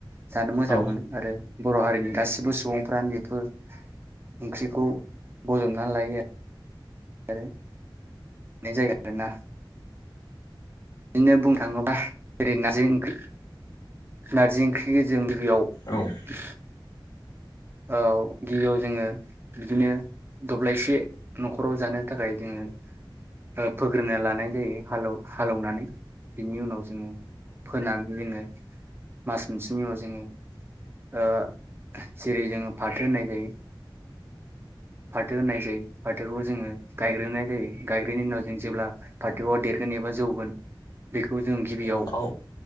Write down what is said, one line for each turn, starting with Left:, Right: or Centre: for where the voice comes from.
Right: जानो मोजां
Left: औ
Right: मोनो आरो बर' हारिनि गासिबो सुबुंफ्रानो बेफोर ओंख्रिखौ बजबनानै लायो आरो <unintelligible> जायगा आरो ना बिदिनो बुंनो थाङोबा जेरै नारजि ओंख्रि नारजि ओंख्रिखौ जों
Left: औ
Right: <unintelligible> औ गिबियाव जोङो बिदिनो दब्लायसे न'खराव जानो थाखाय जोङो ओ फोग्रोनना लानाय जायो हाल हालौवनानै बिनि उनाव जोङो फोनानै जोङो मास मोनसेनि उनाव जोङो ओ जेरै जोङो फाथो होननाय जायो फाथो होननाय जायो फाथोखौ जोङो गायग्रोनाय जायो गायग्रोननि उनाव जों जेब्ला फाथो देरगोन एबा जौगोन बेखौ जों गिबियाव
Left: औ